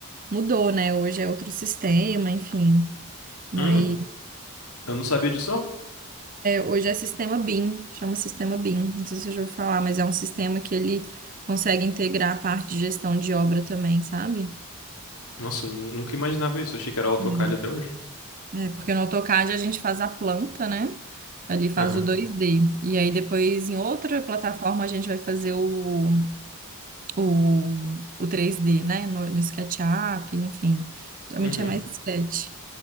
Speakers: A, on the right; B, on the left.
A: mudou, né? Hoje é outro sistema, enfim. mas
B: Hum, eu não sabia disso, não.
A: Hoje é sistema BIM, chama sistema BIM. Não sei se eu já vou falar, mas é um sistema que ele consegue integrar a parte de gestão de obra também, sabe?
B: Nossa, eu nu- nunca imaginava isso. Achei que era AutoCAD
A: É,
B: até hoje.
A: É, porque no AutoCAD a gente faz a planta, né? Ali faz
B: Aham.
A: o 2D. E aí depois em outra plataforma a gente vai fazer o, o, o 3D, né? No, no SketchUp, enfim. Geralmente
B: Uhum.
A: é mais Sketch